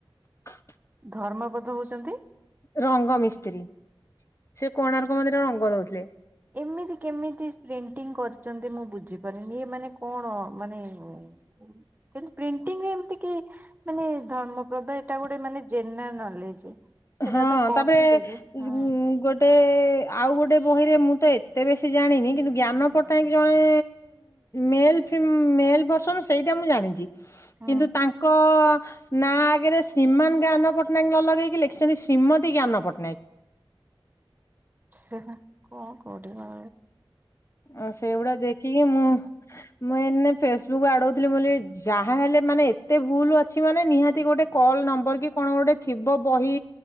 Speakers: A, on the left (about 30°); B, on the right (about 20°).
A: ହ
B: ଧର୍ମପଧ ହଉଛନ୍ତି?
A: ରଙ୍ଗ ମିସ୍ତ୍ରୀ ସେ କୋଣାର୍କ ମନ୍ଦିର ରଙ୍ଗ ଦଉଥିଲେ।
B: ଏମିତି କେମିତି? ପ୍ରେଣ୍ଟିଂ କରିଛନ୍ତି ମୁଁ ବୁଝିପାରୁିନି ଇ ମାନେ କଣ ମାନେ। ସେ ପ୍ରିଣ୍ଟିଙ୍ଗରେ ଏମିତି କି ମାନେ ଧର୍ମପ୍ରଦ ଏଇଟା ଗୋଟେ ମାନେ ଜେନେରାଲ ନଲେଜ ସେଟା
A: ହଁ
B: ତ କହିଦେବେ
A: ତାପରେ ଗୋ-
B: ହଁ
A: - ଗୋଟେ ଆଉ ଗୋଟେ ବହିରେ ମୁଁ ତ ଏତେ ବେଶୀ ଜାଣିନି କିନ୍ତୁ ଜ୍ଞାନ ପଟ୍ଟନାୟକ ଜଣେ। ମେଲ ମେଲ ବର୍ସନ ସେଇଟା ମୁଁ ଜାଣିଛି।
B: ହଁ
A: କିନ୍ତୁ ତାଙ୍କ ନାଁ ଆଗରେ ଶ୍ରୀମାନ ଜ୍ଞାନ ପଟ୍ଟନାୟକ ନ ଲଗେଇକି ଲେଖି ଛନ୍ତି ଶ୍ରୀମତୀ ଜ୍ଞାନ ପଟ୍ଟନାୟକ।
B: ହେଁ ହେଁ କଣ କଉଠିବା?
A: ଆ ସେଗୁଡା ଦେଖିକି ମୁଁ ମୁଁ ଏନେ ଫେସବୁକ୍ ଆଡଉଥିଲି ବୋଲି ଯାହାହେଲେ ମାନେ ଏତେ ଭୁଲ ଅଛି ମାନେ ନିହାତି ଗୋଟେ କଲ ନମ୍ବର କି କଣ ଗୋଟେ ଥିବ ବହି